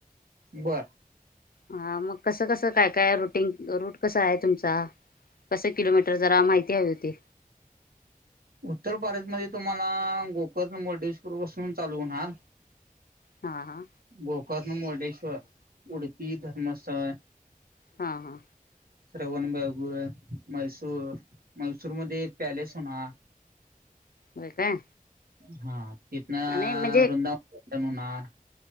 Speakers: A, on the right; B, on the left.
A: बर
B: हा मग कसं कसं काय काय रुटींग रूट कस आहे तुमचा कसं किलोमीटर जरा माहिती हवी होती.
A: उत्तर भारतमध्ये तुम्हाला गोकर्ण मुर्डेश्वर पासून चालू होणार.
B: हा हा
A: गोकर्ण मुर्डेश्वर उडपी धर्मस्थळ
B: हा हा.
A: श्रवणबाग मैसूर मैसूर मध्ये पॅलेस होणार.
B: हो काय?
A: हा तिथना
B: नाही म्हणजे
A: वृंदावन होणार.